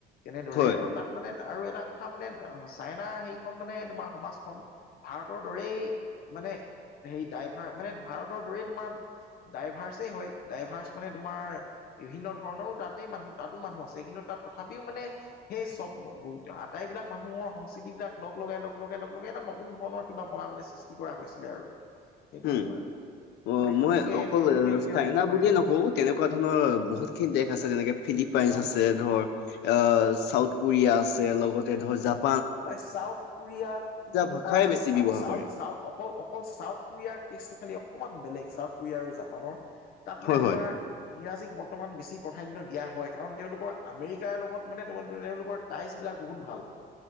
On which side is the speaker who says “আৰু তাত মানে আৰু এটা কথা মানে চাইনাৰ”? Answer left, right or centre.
Left